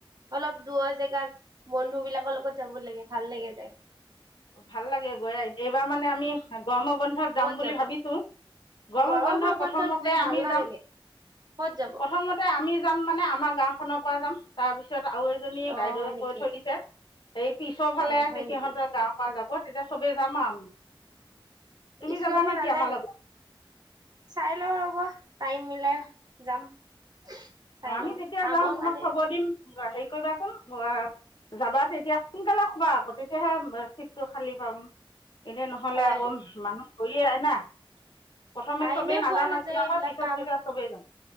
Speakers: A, on the right; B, on the left.
A: অলপ দূৰৰ জেগাত বন্ধুবিলাক <unintelligible> লগত যাব লাগে ভাল লাগে যায়
B: ভাল লাগে গৈ, এইবাৰ মানে আমি গৰমৰ বন্ধত যাম
A: ক'ত
B: বুলি
A: যাব
B: ভাবিছো গৰম
A: ঘৰৰ
B: বন্ধ
A: মই
B: প্ৰথমতে
A: বন্ধত ঘূৰি
B: আমি
A: ভাল নালাগে
B: যাম
A: ক'ত যাব
B: প্ৰথমতে আমি যাম মানে আমাৰ গাওখনৰ পৰা যাম তাৰপিছত আৰু এজনী
A: অ
B: বাইদেৱে
A: হয় নেকি
B: কৈ থৈছে সেই পিছৰ ফালে
A: অ
B: আছে
A: হয়
B: সিহঁতৰ
A: নেকি
B: গাঁওত যাব তেতিয়া চবে যাম আৰু আমি তুমি
A: স্কুলৰ
B: যাবা
A: পৰা
B: নেকি
A: নাযায়
B: আমাৰ
A: নেকি
B: লগত
A: চাই লও ৰব টাইম মিলাই যাম চাই
B: অ আমি
A: লওঁ
B: যেতিয়া
A: কামৰ
B: যাও তোমাক
A: কাৰণে
B: খবৰ দিম হেৰি কৰিবাচোন যাবা তেতিয়া সোনকালে কবা আকৌ তেতিয়াহে চিটটো খালী পাম এনে নহলে
A: হয়
B: আকৌ মানুহ কুৰীআয় আহ না প্ৰথমে
A: টাইমে
B: চবেই নাজান
A: পোৱা নাযায়
B: নাজনা
A: এইবিলাক
B: হয় পিছত
A: কাম
B: তেতিয়া চবেই যাম